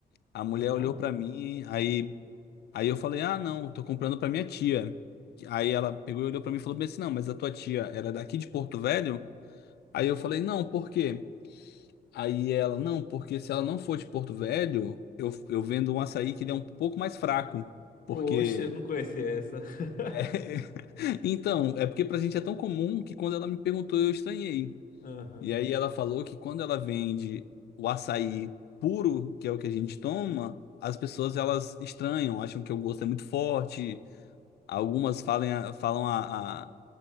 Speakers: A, on the left; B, on the left.
A: A mulher
B: Aham.
A: olhou pra mim, aí, aí eu falei, ah, não, eu tô comprando pra minha tia. Aí ela pegou e olhou pra mim e falou bem assim, não, mas a tua tia era daqui de Porto Velho? Aí eu falei, não, por quê? Aí ela, não, porque se ela não for de Porto Velho, eu, eu vendo um açaí que ele é um pouco mais fraco, porque
B: Oxe, eu não conhecia essa. <laughs>
A: <laughs> Então, é porque pra gente é tão comum que quando ela me perguntou, eu estranhei.
B: Aham.
A: E aí ela falou que quando ela vende o açaí puro, que é o que a gente toma, as pessoas elas estranham, acham que o gosto é muito forte. Algumas falam, falam a, a-